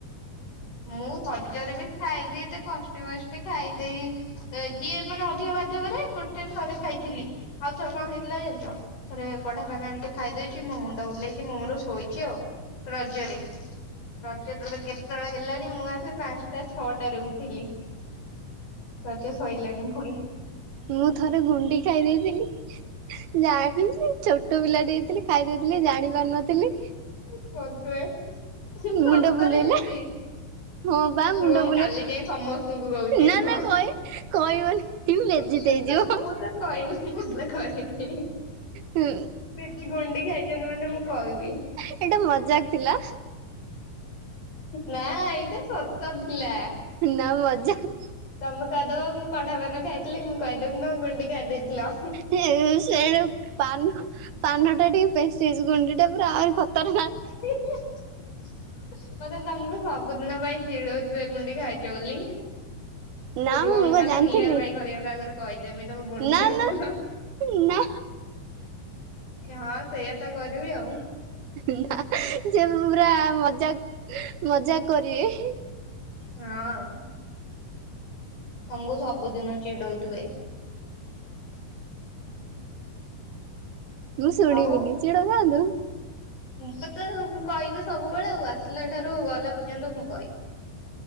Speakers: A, on the left; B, on the right.
A: ମୁଁ ରଜରେ ବି ଖାଏନି ଏତେ କଷ୍ଟେ ମଷ୍ଟେ ଖାଇଦେଇ ଏ ଯିଏ ମାନେ ଅଧିକ ବାଧ୍ୟ କରେ ଗୋଟେ ଥରେ ଖାଇଥିଲି। ଆଉ ଥରେ କଣ ହେଇଥିଲା ଜାଣିଚ? ଥରେ କଢା ପାନ ଏମିତି ଖାଇଦେଇଛି ମୋ ମୁଣ୍ଡ ବୁଲ୍ଲେଇଛି ମୁ ମୋର ଶୋଇଛି ଆଉ ରଜରେ। ରଜ ଦୋଳି କେତେବେଳେ ହେଲାଣି ମୁଁ ଆଜି ପାଞ୍ଚଟା ଛଅଟାରେ ଉଠିଲି। ରଜ ସଇଲାଣି ଫୁଣି।
B: ମୁଁ ଥରେ ଗୁଣ୍ଡି ଖାଇ ଦେଇଥିଲି ଯାନିଛି ଛୋ ଟୁ ପିଲାଟେ ହେଇଥିଲି ଖାଇ ଦେଇଥିଲି ଜାଣି ପାରିନଥିଲି।
A: <unintelligible> ସତରେ
B: ମୁଣ୍ଡ ବୁଲେଇଲା
A: ଦିଦି।
B: ହଁ ବା ମୁଣ୍ଡ
A: ରୁହ ମୁଁ
B: ବୁଲେଇ
A: କାଲି ଯାଇ ସମସ୍ତ ଙ୍କୁ କହୁଛି
B: ନା
A: ହଁ
B: ନା କହେ କହିବନି
A: <unintelligible>
B: ବେଜିତ୍ ହେଇଯିବ।
A: କହିବି ମୁଁ ତ କହି
B: ହୁଁ
A: ସେଠି ଗୁଣ୍ଡି ଖାଇଛନ୍ତି ମାନେ ମୁଁ କହିବି।
B: ଏଇଟା ମଜାକ୍ ଥିଲା।
A: ନା ଏଇଟା ସତ ଥିଲା।
B: ନା ମଜାକ୍।
A: ତମେ କହିଦବ ମୁଁ କଢା ପାନ ଖାଇଥିଲି। ମୁଁ କହିଦେବି ତମେ ଗୁଣ୍ଡି ଖାଇଦେଇଥିଲ।
B: ସେ-ଏ-ଏ ସେ ଯୋଉ ପାନ ପାନଟା ଟିକେ ପେସିଏସ୍ ଗୁଣ୍ଡି ଟା ପୁରା ଆହୁରି ଖତର ନାଁକ୍
A: <inaudible> ମତେ ତମକୁ ସବୁଦିନ ପାଇଁ ଚିଡଉଥିବେ ଗୁନ୍ଡି ଖାଇଛ ବୋଲି।
B: ନା
A: ରୁହ ମୁଁ
B: କଣ
A: କାଲି
B: ଜାଣିଥିଲି
A: ନିଆର ଭାଇ ଘରିଆଙ୍କ ଆଗରେ କହିଦେମି ତମେ ଗୁଣ୍ଡିି
B: ନା
A: ଖାଉଥିଲ।
B: ନା ନା
A: ହଁ ସେଇୟା ତ କରିବି ଆଉ।
B: ନା ସେ ପୁରା ମଜାକ୍ ମଜାକ୍ କରିବେ।
A: ହଁ। ତମଙ୍କୁ ସବୁଦିନ ଚିଡଉଥିବେ।
B: ମୁୁଁ ଶୁଣିବିନି
A: ଆଉ
B: ଚିଡଉଥାଆନ୍ତୁ।
A: ମୁଁ ତ କହିବି ସବୁବେଳେ ଆଉ ଆସିଲା ଠାରୁ ଗଲା ପର୍ଯ୍ୟନ୍ତ ମୁଁ କହିବି।